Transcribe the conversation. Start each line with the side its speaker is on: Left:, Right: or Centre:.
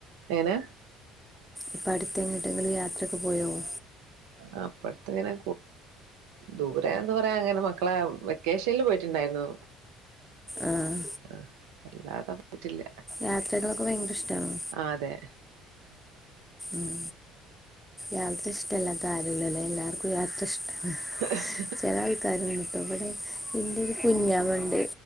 Right: ഏനെ
Centre: ഇപ്പ അടുത്ത എങ്ങിട്ടെങ്കിലും യാത്രൊക്കെ പോയാവോ
Right: ആ അപ്പഴത്തെ ഇങ്ങനെ ദൂരെ എന്ത പറയാ അങ്ങനെ മക്കളെ വെക്കേഷനിൽ പോയിട്ടു ണ്ടായിരുന്നു
Centre: ആഹ്
Right: ആ എല്ലാത- പറ്റില്ല
Centre: യാത്രകളൊക്കെ ഭയങ്കര ഇഷ്ടാണോ
Right: ആ അതെ!
Centre: ഉം യാത്ര ഇഷ്ടല്ലാത്ത ആരൂല്ലല്ലേ എല്ലാർക്കും യാത്ര ഇഷ്ടം
Right: ആ
Centre: ചില ആൾക്കാരുണ്ട് കേട്ടോ ഇവിടെ എന്റെ ഒരു കുഞ്ഞാമുണ്ട്